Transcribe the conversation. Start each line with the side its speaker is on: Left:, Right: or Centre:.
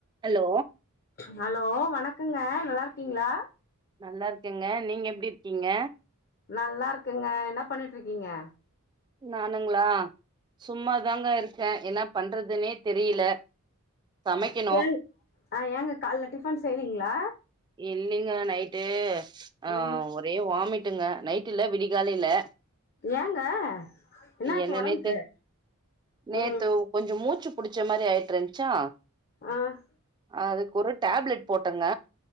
Right: hello
Left: hello வணக் க்குங்க நல்லா இருக்கீங்களா
Right: நல்லா இருக்கங்க நீங்க எப்டி இருக்கீங்க
Left: நல்லா இருக்கங்க என்ன பண்ணிட்டுருக்கீங்க
Right: நானுங்களா சும்மாதாங்க இருக் அ என்னா பண்றதுனே தெரியல சமைக்கணு
Left: எங் ஆஹ் ஏங்க கால்ல டிஃபன் செய்றீங்களா
Right: இன்னிங்க நைட்டு ஆஹ்
Left: ம்
Right: ஒரே வாமிட் ங்க நைட் இல்ல விடிக்காலல
Left: ஏங்க என்னாச்சு
Right: என்ன
Left: ஒடம்புக்கு
Right: நேத்து நேத்து
Left: ம்
Right: கொஞ்சம் மூச்சு புடிச்ச மாரி ஆயிட்டிருச்சா
Left: ஆஹ்
Right: அதுக்கு ஒரு டேப்லெட் போட்டங்க